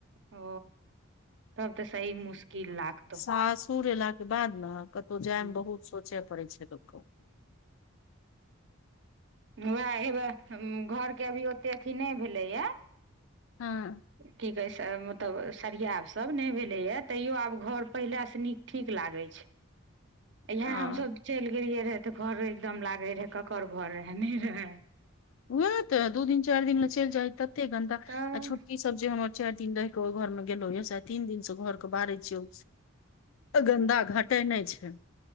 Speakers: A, on the right; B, on the left.
A: ओ तब तऽ सही मुश्किल लागतौ
B: सासुर एला बाद न कतहु जाय
A: हूं
B: मे बहुत सोचे पड़ै छै लोक क
A: वएह हेबए घरके अभी ओतेक अथी नहि भेलैए
B: हँ
A: की कहै छै मतलब सरियाब सभ नहि भेलैए तैयो आब घर पहिलेसँ नीक ठीक लागै
B: <inaudible>
A: छै इएह
B: हँ
A: हमसभ चलि गेलियै रहए तऽ घर एकदम लगैत रहए ककर घर रहए नहि रहए
B: उएह तऽ दू दिन चारि दिन लेल चलि जाय तते घंटा
A: तऽ
B: आ छोटकी सभ जे हमर चारि दिन रहै घर मे गेलो तीन दिन सँ घरक बाहर छियौ गन्दा घटे नहि छै